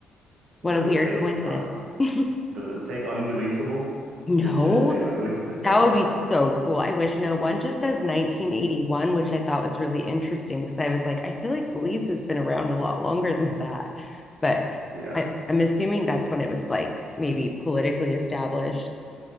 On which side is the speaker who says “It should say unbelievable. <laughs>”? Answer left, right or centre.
Right